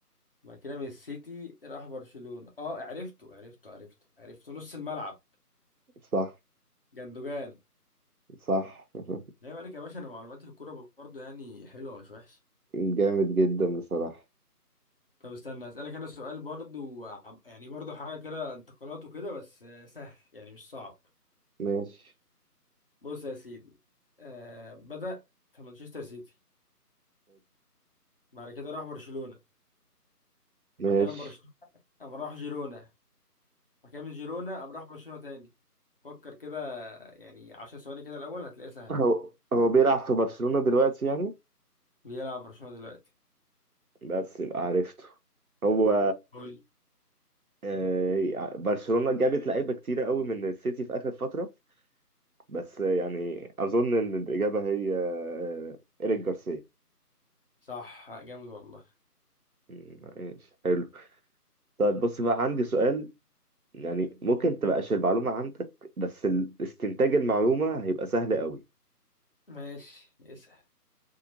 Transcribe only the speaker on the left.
بعد كده من السيتي راح برشلونة اه عرفته عرفته عرفته عرفته نص الملعب
جندوجان
لا عليك يا باشا انا معلوماتي في الكورة برضه يعني حلوة مش وحشة
طب استنى اسالك انا سؤال برضو عم- يعني برضو حاجه كده انتقالات وكده بس آه، سهل يعني مش صعب
بص يا سيدي آه بدا في مانشستر سيتي بعد كده راح برشلونه
بعد كده من برشلونه قام راح جيرونا بعد كده من جيرونا قام راح برشلونه تاني فكر كده يعني 10 ثواني كده الاول هتلاقيها سهله
بيلعب برشلونه دلوقتي
قول
صح جامد والله
ماشي اسأل